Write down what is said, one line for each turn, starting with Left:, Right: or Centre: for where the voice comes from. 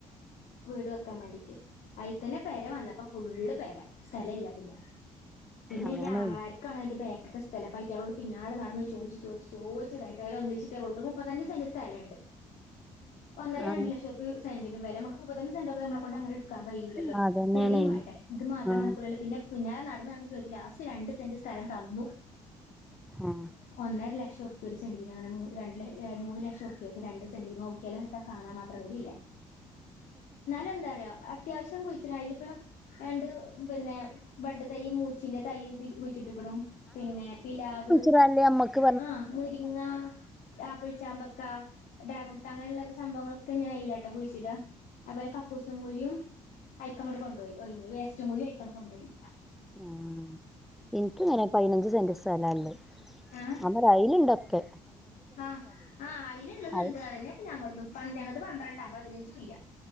Left: വീട് വെക്കാൻ വാണ്ടീട്ട് അയിൽത്തന്നെ പെര വന്നപ്പം ഫുള്ള് പെര. സ്ഥല ഇല്ല പിന്നെ പിന്നെ
Centre: അതാണേ
Left: ഇന്റെ ആങ്ങളാ ക്കാണെഅന്റെ ബേക്ക്ത്തെ സ്ഥലം പ്പ അയ്റ്റങ്ങളോട് പിന്നാലെ നടന്ന് ചോയ്ച്ച് ചോയ്ച്ചു ചോയ്ച്ച്തായിട്ട് അവര് ഒന്നിച്ചിട്ടേ കൊടുക്കുളു. മുപ്പത്തഞ്ച് സെന്റ് സ്ഥലണ്ട് ഒന്നര
Centre: ആ
Left: രണ്ട് ലക്ഷ ഉറുപ്യ സെന്റിനും വെല, മ്മക്ക് മുപ്പത്തഞ്ച് സെന്റൊക്കെ നമ്മളെക്കൊണ്ട് എങ്ങനെ ക്കാൻ കഴിയ്യൂലല്ലോ,
Centre: ആ അതന്നെയാണേ
Left: പെരീം മാണ്ടേ, ഇത് മാത്രം
Centre: ആ
Left: നടക്കൂലല്ലോ പിന്നെ പിന്നാലെ നടന്ന് നടന്ന് ചോയ്ച്ചു ലാസ്റ്റ് രണ്ട് സെന്റ് സ്ഥലം തന്നു.
Centre: ആഹ്
Left: ഒന്നര ലക്ഷം ഉറുപ്യ ഒരു സെന്റിന് അങ്ങന മൂ രണ്ട് ല മൂന്ന് ലക്ഷം ഉറുപ്യക്ക് രണ്ട് സെന്റി നോക്കിയല് ക്ക കാണാൻ മാത്രം കൂടി ഇല്ല. ന്നാലും എന്താറിയൊ അത്യാവശ്യം കുഴിച്ചിടാ, അയില്‌പ്പം രണ്ട് പിന്നെ വഡ് തൈ്യ് മൂച്ചിന്റെ തൈയ് കുഴിച്ചിട്ട്ക്ക്ണു, പിന്നെ പിലാവ്
Centre: ല്ലേ അമ്മക്ക്
Left: ആഹ്, മുരിങ്ങ, ആപ്പിൾച്ചാമ്പക്ക, ഡ്രാഗൺ ഫ്രൂട്ട അങ്ങനെള്ള സംഭവങ്ങള് ക്കഞ്ഞ് അയിലാട്ടോ കുഴിച്ചിട. അതുപോലെ കക്കൂസും കുഴിയും അയക്ക അങ്ങട്ട് കൊണ്ടോയി. ഒഴിഞ്ഞ്‌. വേസ്റ്റും കുയ്യും അയ്ക്കാണ്ട് കെണ്ടോയി.
Centre: ഉം, ഇൻക്ക് ഇങ്ങനെ പയിനഞ്ച് സെന്റ് സ്ഥല ഇല്ലത്
Left: ആഹ്
Centre: <unintelligible> അയിന്ണ്ടൊക്കെ
Left: ആഹ് ആഹ് അയില്ള്ളത്
Centre: അത്
Left: ഇണ്ട് അറിയ. അതന്നെപ്പ ഞങ്ങളതും പന്തണത് പന്ത്രണ്ട പതിനഞ്ചും ഇല്ല.